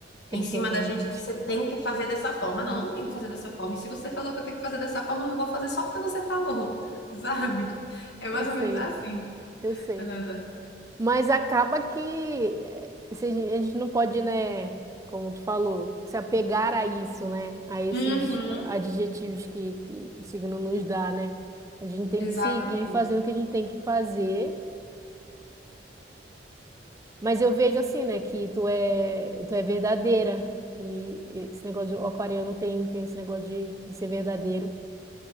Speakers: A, on the right (about 20°); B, on the left (about 65°).
A: perdonamente.
B: em cima da gente. Você tem que fazer dessa forma. Não, não tem que fazer dessa forma. E se você falou que eu tenho que fazer dessa forma, eu não vou fazer só porque você falou, <laughs> sabe? É mais
A: Eu sei,
B: ou menos assim.
A: eu sei.
B: Mais ou menos assim.
A: Mas acaba que eh, se a gen- a gente não pode, né? Como tu falou, se apegar a isso, né? A esses
B: Uhum.
A: adjetivos que, que o signo nos dá, né? A gente tem
B: Exatamente.
A: que seguir fazendo o que a gente tem que fazer Mas eu vejo assim, né, que tu é, tu é verdadeira. E esse negócio de o aquariano tem, tem esse negócio de, de ser verdadeiro.